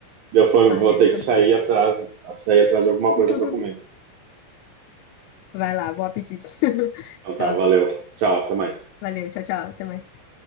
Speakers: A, on the right; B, on the left.
A: deu fome, vou
B: né?
A: ter
B: Tá
A: que sair
B: bom.
A: atrás, sair atrás de alguma coisa
B: <laughs>
A: para comer.
B: Vai lá, bom apetite. <laughs>
A: Então tá,
B: Tchau.
A: valeu. Tchau, até mais.
B: Valeu, tchau, tchau. Até mais.